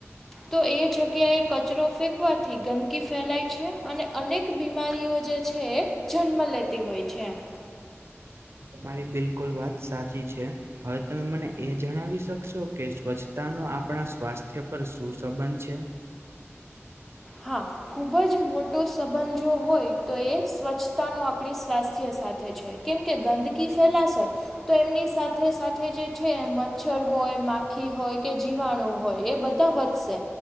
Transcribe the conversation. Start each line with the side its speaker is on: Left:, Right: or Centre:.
Centre: તો એ જગ્યાએ કચરો ફેંકવાથી ગંદકી ફેલાય છે અને અનેક બીમારીઓ જે છે જન્મ લેતી હોય છે એમ.
Right: તમારી બિલકુલ વાત સાચી છે. હવે તમે મને એ જણાવી શકશો કે સ્વચ્છતાનુ આપણા સ્વાસ્થ્ય પર શું સંબંધ છે?
Centre: હા. ખૂબ જ મોટો સંબંધ જો હોય તો એ સ્વચ્છતાનો આપણી સ્વાસ્થ્ય સાથે છે. કેમ કે ગંદકી ફેલાશે તો એમની સાથે સાથે જે છે. મચ્છર હોય માખી હોય કે જીવાણુ હોય એ બધ ધા વધશે